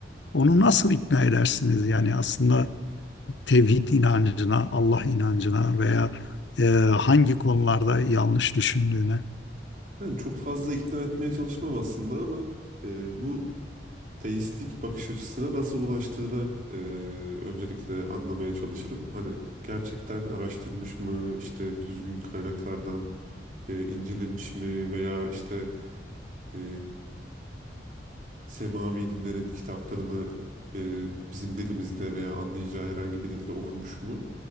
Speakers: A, on the left (about 75°); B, on the right (about 45°).
A: onu nasıl ikna edersiniz? Yani aslında tevhid inancına, Allah inancına veya e, hangi konularda yanlış düşündüğüne.
B: Yani çok fazla ikna etmeye çalışmam aslında ama e, bu deistlik bakış açısına nasıl ulaştığını e, öncelikle anlamaya çalışırım. Hani gerçekten araştırmış mı, işte düzgün kaynaklardan e, incelemiş mi veya işte e, semavi dinlerin kitaplarını e, bizim dilimizde veya anlayacağı herhangi bir dilde okumuş mu?